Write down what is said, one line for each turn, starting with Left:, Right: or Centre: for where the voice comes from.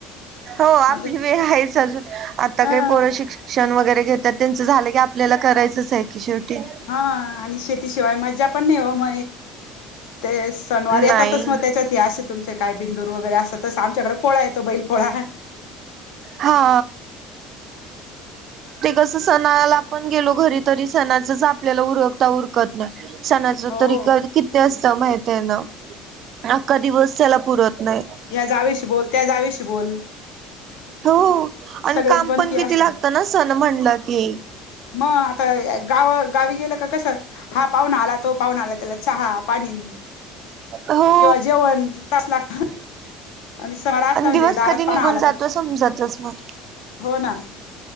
Right: हो आपली
Left: अजून
Right: वेळ आहेच अजून आता
Left: हा
Right: पोर शिक्ष- क्षण वगैरे घेतात त्यांचं झालं की आपल्याला करायचंच आहे की शेवटी.
Left: हा आणि शेतीशिवाय मज्जा पण नाही हो म ते. सनवार येतातच
Right: नाही
Left: मग त्याच्यात असे तुमचे काय बिंदूर वगैरे असतात तर आमच्याकडे पोळा येतो बैल पोळा.
Right: हा. ते कस सणाला आपण गेलो घरी तरी सणाचच आपल्याला उरकता उरक- त नाही सणाच
Left: हो
Right: तरी किती असतं माहित आहे ना. अखा दिवस त्याला पुरत नाही
Left: या्या जावेशी बोल त्या जावेशी बोल.
Right: हो आणि
Left: सगळीच
Right: काम
Left: बनती
Right: पण किती
Left: असते
Right: लागतं ना सण म्हणलं की.
Left: मग आता गाव-गावी गेलं का कसं. हा पाहुून आला तो पाहुून आला त्याला चहा पाणी.
Right: हो
Left: किंवा जेवण तास लागत. आणि शहरास
Right: आणि
Left: म्हणजे
Right: दिवस
Left: दारात
Right: कधी
Left: पाण
Right: निघून
Left: आला
Right: जातो
Left: तर.
Right: समजतच नाही
Left: हो ना